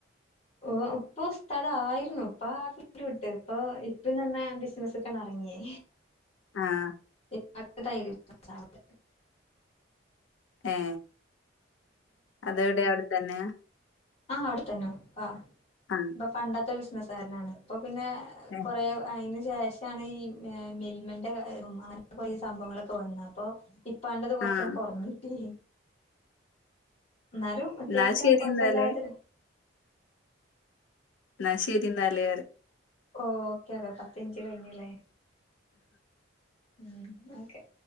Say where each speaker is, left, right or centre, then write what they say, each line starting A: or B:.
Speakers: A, on the left (about 30°); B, on the left (about 75°).
A: ഓ ഇപ്പ ഉസ്താദ് ആയിരുന്നു ഇപ്പ ആ ഫീൽഡ് വിട്ട് ഇപ്പൊ ഇപ്പ തന്നെ ബിസിനസ്സിക്ക് ഇറങ്ങിയേ
B: ആഹ്
A: <unintelligible>
B: ഏ അതെവിടെ അവിടെത്തന്നെയാ
A: ആഹ് അവടെത്തന്നെ പ്പാ
B: ആഹ്
A: ഇപ്പ പണ്ടത്തെ ബിസിനെസ്സ്ക്കാരനാണ് പ്പം പിന്നെ
B: ഏഹ്
A: കൊറെ അയ്ന് ശേഷാണ് ഈ ഏഹ് മിൽമന്റെ അങ്ങൻത്തെ കുറെ സംഭവങ്ങളൊക്കെ വന്നെ അപ്പൊ ഇപ്പാന്റെത് കൊർച്ചണ്ട്
B: ആഹ്
A: കൊർഞ്ഞിട്ടി. ന്നാലും അത്യാവശ്യം
B: എന്നാ ശരി
A: കൊഴപ്പല്ലാത്-
B: എന്നാല് ന്നാ ശരി ന്നാല്-
A: ഓ ഓക്കെന്നാ പത്തിൻറ്റ് കഴിഞ്ല്ലേ- <unintelligible> ഓക്കെ-